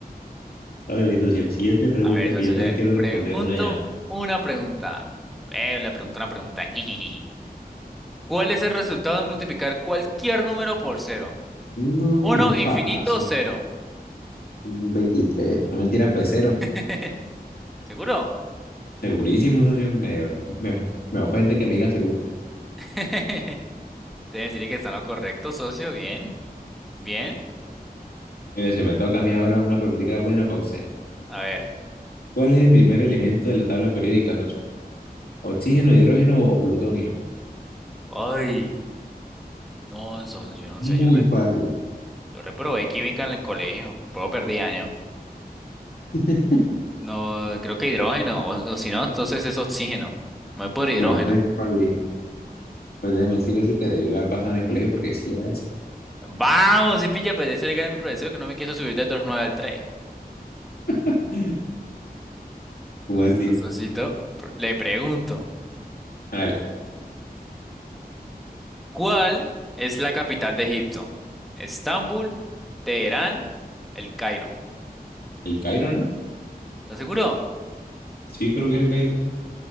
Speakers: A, on the left; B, in the centre.
A: Hágale, socio. Siguiente pregunta
B: A ver,
A: que
B: eso
A: yo
B: le
A: también quiero
B: pregunto
A: responder una ya.
B: una pregunta. A ver, le pregunto una pregunta. <laughs> ¿Cuál es el resultado de multiplicar cualquier número por cero?
A: No,
B: Uno,
A: muy
B: infinito,
A: fácil.
B: cero.
A: Veintitrés, No mentira, pues cero.
B: <laughs> ¿Seguro?
A: Segurísimo, socio. Me, me, me ofende que me diga seguro.
B: <laughs> Te deciré que está en lo correcto, socio. Bien, bien.
A: Mire, si me toca a mí ahora una preguntita buena para usted.
B: A ver.
A: ¿Cuál es el primer elemento de la tabla periódica, socio? ¿Oxígeno, hidrógeno o plutonio?
B: Ay, no, socio, yo no
A: Muy
B: sé. Yo, re-
A: fácil.
B: yo reprobé química en el colegio. Puedo perdí año.
A: <laughs>
B: No, creo que hidrógeno. O, o si no, entonces es oxígeno. Me voy por hidrógeno.
A: Bueno, entonces, ¿cuál dije? Pues déjeme decirle socio, que debió haber pasado en el colegio porque sí era eso.
B: Vamos, y pilla, pues eso dígale a mi profesor que no me quiso subir del dos nueve al tres.
A: <laughs> ¿Cómo
B: Listo,
A: decir?
B: socito. Pr- Le pregunto,
A: Vale,
B: ¿cuál es la capital de Egipto? ¿Estambul, Teherán, El Cairo?
A: el Cairo, ¿no?
B: ¿Estás seguro?
A: Sí, creo que es el Cairo.